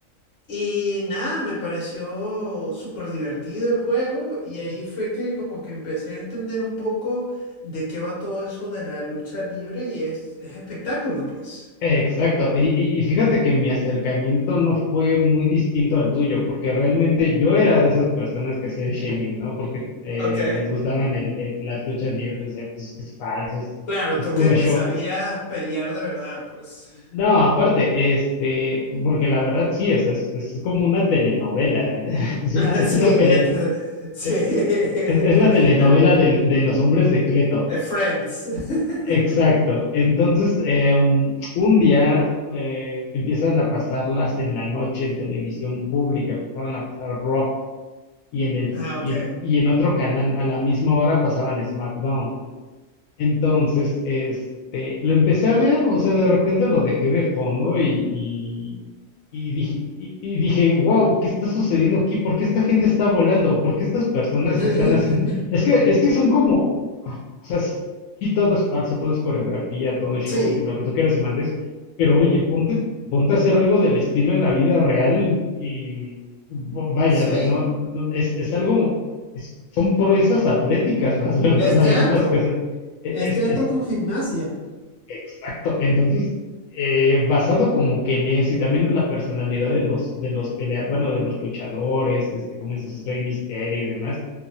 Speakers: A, on the left; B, on the left.
A: Y nada, me pareció súper divertido el juego y ahí fue que como que empecé a entender un poco de qué va todo eso de la lucha libre y es, es espectáculo, pues.
B: exacto. Y, y, y fíjate que mi acercamiento no fue muy distinto al tuyo, porque realmente yo era de esas personas que hacían shaming, ¿no? Porque eh,
A: Ok.
B: les gustaban el- el- las luchas libres, decía, pues es que es falso, es,
A: Claro,
B: es
A: tú
B: puro
A: que,
B: show.
A: que sabías pelear de verdad, pues.
B: No, aparte, este, porque la verdad sí, o sea, es, es como una telenovela, eh, <laughs> es
A: <laughs>
B: una, es
A: Sí,
B: una pele,
A: entonces, sí.
B: eh,
A: <laughs>
B: es, es la telenovela
A: Eh,
B: del- de los hombres de Cleto.
A: eh, Friends. <laughs>
B: Exacto. Entonces, em, un día eh, empiezan a pasarlas en la noche en televisión pública, empezaban a pasar Raw y en el,
A: Ah,
B: y
A: ok.
B: en, y en otro canal a la misma hora pasaban SmackDown. Entonces, este, lo empecé a ver, o sea, de repente lo dejé de fondo y, Y dije, y y dije, wow, ¿qué está sucediendo aquí? ¿Por qué esta gente está volando? ¿Por qué estas personas
A: <laughs>
B: están haciendo? Es que, es que son como, ah, o sea, sí sí, todo es falso, todo es coreografía, todo es show,
A: Sí,
B: y lo que tú quieras y mandes, pero oye, ponte, ponte a hacer algo del estilo en la vida real y bo- vaya,
A: sí.
B: o sea, no, no- es, es algo, es- son proezas atléticas, las verdad,
A: Es
B: la
A: teatro.
B: verdad las que hacen. e,
A: Es
B: este,
A: teatro con gimnasia.
B: Exacto. Entonces, eh, basado como que en eso y también en la personalidad de los, de los pelea, bueno, de los luchadores, este, como dices, Rey Misterio y demás,